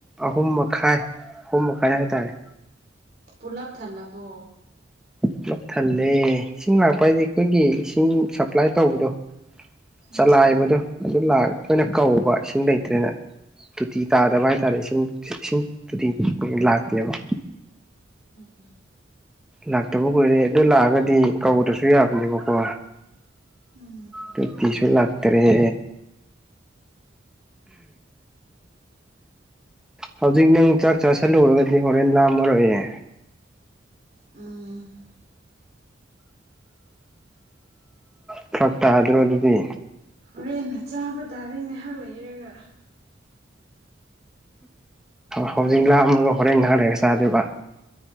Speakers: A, in the centre; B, on the right.
A: ꯑꯍꯨꯝ ꯃꯈꯥꯏ ꯑꯍꯨꯝ ꯃꯈꯥꯏ ꯍꯥꯏꯇꯥꯔꯦ
B: ꯄꯨꯂꯞ ꯊꯜꯂꯕꯣ
A: ꯄꯨꯂꯞ ꯊꯜꯂꯦ ꯏꯁꯤꯡ ꯂꯥꯛꯄ ꯍꯥꯏꯗꯤ ꯑꯩꯈꯣꯏꯒꯤ ꯏꯁꯤꯡ ꯁꯄ꯭ꯂꯥꯏ ꯇꯧꯕꯗꯣ
B: ꯎꯝ
A: ꯆꯂꯥꯏꯕꯗꯣ ꯑꯗꯨ ꯑꯩꯈꯣꯏꯅ ꯀꯧꯕ ꯏꯁꯤꯡ ꯂꯩꯇ꯭ꯔꯦꯅ ꯇꯣꯇꯤ ꯇꯥꯗꯕ
B: ꯎꯝ
A: ꯍꯥꯏꯇꯥꯔꯦ ꯏꯁꯤꯡ ꯏꯁꯤꯡ ꯇꯣꯇꯤ ꯂꯥꯛꯇꯦꯕ
B: ꯎꯝ
A: ꯂꯥꯛꯇꯕ ꯀꯨꯏꯔꯦ ꯑꯗꯨ ꯂꯥꯛꯑꯒꯗꯤ ꯀꯧꯗ꯭ꯔꯁꯨ ꯌꯥꯕꯅꯦꯕꯀꯣ
B: ꯎꯝ
A: ꯇꯣꯇꯤꯁꯨ ꯂꯥꯛꯇꯥꯔꯦ ꯍꯧꯖꯤꯛ ꯅꯪ ꯆꯥꯛ ꯆꯥꯥꯁꯜꯂꯨꯔꯒꯗꯤ ꯍꯣꯔꯦꯟ ꯂꯥꯝꯃꯔꯣꯏꯑꯦ
B: ꯎꯝ
A: ꯐꯤꯔꯛ ꯇꯥꯗ꯭ꯔꯣ ꯑꯗꯨꯗꯤ
B: ꯍꯣꯔꯦꯟꯅ ꯆꯥꯕ ꯇꯥꯔꯦ ꯉꯥꯏꯍꯥꯛ ꯂꯩꯔꯒ
A: ꯍꯧꯖꯤꯛ ꯂꯥꯝꯃꯒ ꯍꯣꯔꯦꯟ ꯉꯍꯥꯛ ꯂꯩꯔꯒ ꯆꯥꯗꯣꯏꯕ